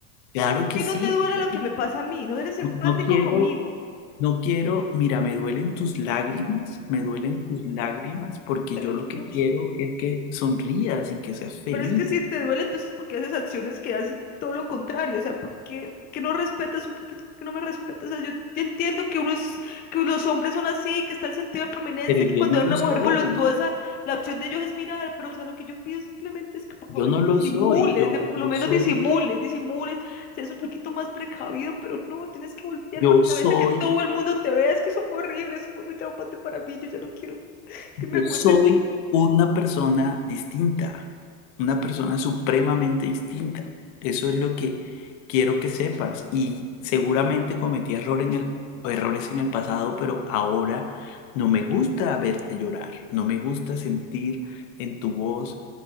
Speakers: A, on the left (about 60°); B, on the left (about 20°).
A: Claro
B: A
A: que
B: ti
A: sí,
B: no te duele
A: claro
B: lo que
A: que sí.
B: me pasa a mí, no eres empático
A: no, no quiero,
B: conmigo.
A: No quiero, mira, me duelen tus lágrimas, me duelen tus lágrimas, porque
B: se
A: yo
B: nota
A: lo
B: mucho.
A: que quiero es que sonrías y que seas feliz,
B: Pero es que si te duele, entonces, ¿por qué haces acciones que hacen todo lo contrario? O sea, ¿por qué, por qué no respetas un poquito? ¿Por qué no me respetas? O sea, yo yo entiendo que uno es, que los hombres son así, que está el sentido de prominencia,
A: pero
B: que
A: yo
B: cuando
A: no
B: hay
A: lo
B: una
A: soy,
B: mujer voluptuosa, la opción de ellos es mirar, pero o sea, lo que yo pido simplemente es que por lo
A: yo
B: menos
A: no lo
B: disimules,
A: soy, yo,
B: de por
A: yo
B: lo menos
A: soy,
B: disimules, disimules, seas un poquito más precavido, pero no, tienes que voltear
A: yo
B: la cabeza,
A: soy
B: que todo el mundo te vea, es que eso fue horrible, eso fue muy traumante para mí, yo ya no quiero, es que me
A: Yo
B: acuerdo
A: soy una persona distinta, una persona supremamente distinta. Eso es lo que quiero que sepas. Y seguramente cometí error en el, errores en el pasado, pero ahora no me gusta verte llorar, no me gusta sentir en tu voz